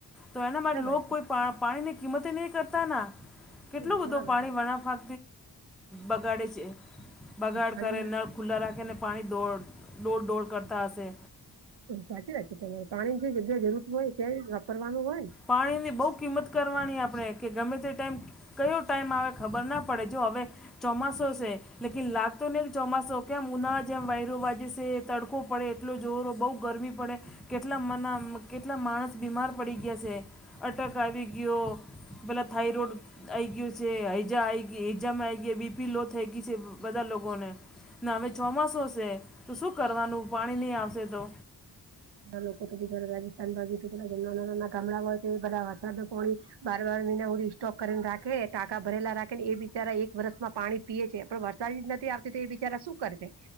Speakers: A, in the centre; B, on the right.
A: તો એના માટે
B: બરાબર
A: લો
B: છે
A: કોઈ પાણીની કિંમત નહીં કરતા
B: હમ
A: કેટલું બધું
B: બરાબર
A: પાણી વણાફા બગાડે છે બગાડ
B: પાણી
A: કરે નળ ખુલ્લા રાખે ને પાણી ધોડ દોડ દોડ કરતા હશે.
B: સાચી રાખે તમારે પાણી જગ્યા જરૂર હોય ત્યાંય વાપરવાનું હોય.
A: પાણીની બહુ કિંમત કરવાની આપણે કે ગમે તે ટાઈમ કયો ટાઈમ આવે ખબર ના પડે જો હવે ચોમાસો છે લાગતો નહી ચોમાસો કેમ ઉના જેમ વાયરો બાજ છે તડકો પડે કેટલો જોરો બહુ ગરમી પડે કેટલા મના કેટલા માણસ બીમાર પડી ગયા છે અટક આવી ગયો પેલા થઈરોડ આઈ ગયું છે હજી આ હજા આઈ ગયા બીપી લો થઈ ગઈ છે બધા લોકોને. ને હવે ચોમાસું છે તો શું કરવાનું પાણી નહીં આવશે તો.
B: લોકો તો બી રાજસ્થાન બાજું પેલા નાના નાના ગામડાઓય છે બધા વરસાદ પોણી બાર બાર મહિના સુધી સ્ટોક કરીને રાખે ટાકા ભરેલા રાખે ને એ બિચારા એક વર્ષમાં પાણી પીએ છે પણ વરસાદી જ નથી આવતી તો એ બિચારા શું કરશે.